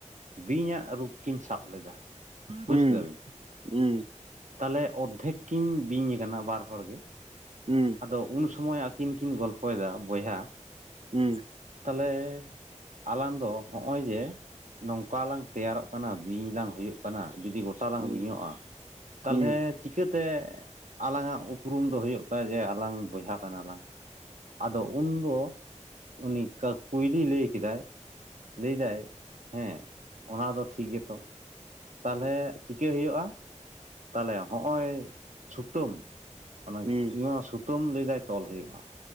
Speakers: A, on the right; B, on the right.
A: ᱵᱤᱧᱟᱜ ᱨᱩᱯ ᱠᱤᱱ ᱞᱮᱫᱟ ᱵᱩᱡᱽ
B: ᱦᱩᱸ
A: ᱠᱮᱫᱟ ᱵᱤᱱ᱾
B: ᱦᱩᱸ᱾
A: ᱛᱟᱦᱚᱞᱮ ᱚᱨᱫᱷᱮᱠ ᱠᱤᱧ ᱵᱤᱧ ᱟᱠᱟᱱᱟ ᱵᱟᱨ ᱦᱚᱲ ᱜᱮ
B: ᱦᱩᱸ᱾
A: ᱟᱫᱚ ᱩᱱ ᱥᱚᱢᱟᱹᱭ ᱟᱹᱠᱤᱱ ᱠᱤᱱ ᱜᱚᱞᱯᱚᱭᱮᱫᱟ ᱵᱚᱭᱦᱟ
B: ᱦᱩᱸ᱾
A: ᱛᱟᱞᱦᱮ ᱟᱞᱟᱝ ᱫᱚ ᱦᱚᱜᱼᱚᱭ ᱡᱮ ᱱᱚᱝᱠᱟ ᱛᱮᱭᱟᱨᱚᱜ ᱵᱤᱧ ᱞᱟᱝ ᱦᱩᱭᱩᱜ ᱠᱟᱱᱟ ᱡᱩᱫᱤ ᱜᱚᱴᱟ ᱞᱟᱝ
B: ᱦᱩᱸ
A: ᱵᱤᱧᱚᱜᱼᱟ ᱛᱟᱦᱚᱞᱮ
B: ᱦᱩᱸ ᱦᱩᱸ
A: ᱪᱤᱠᱟᱹᱛᱮ ᱟᱞᱟᱝᱟᱜ ᱩᱯᱨᱩᱢ ᱫᱚ ᱦᱳᱭᱳᱜ ᱡᱮ ᱟᱞᱟᱝ ᱵᱚᱭᱦᱟ ᱠᱟᱱᱟ ᱞᱟᱝ ᱟᱫᱚ ᱩᱱ ᱫᱚ ᱩᱱᱤ ᱠᱩᱭᱞᱤᱭ ᱞᱟᱹᱭ ᱠᱮᱫᱟᱭ ᱞᱟᱹᱭᱫᱟᱭ ᱦᱮᱸ ᱚᱱᱟ ᱫᱚ ᱴᱷᱤᱠ ᱜᱮᱛᱚ ᱛᱟᱞᱦᱮ ᱪᱤᱠᱟᱹ ᱦᱳᱭᱳᱜᱼᱟ? ᱛᱟᱞᱦᱮ ᱦᱚᱜᱚᱭ ᱥᱩᱛᱟᱹᱢ ᱢᱮ
B: ᱦᱩᱸ ᱦᱩᱸ
A: ᱥᱩᱛᱟᱹᱢ ᱞᱟᱹᱭᱫᱟᱭ ᱛᱚᱞ ᱦᱳᱭᱳᱜᱼᱟ᱾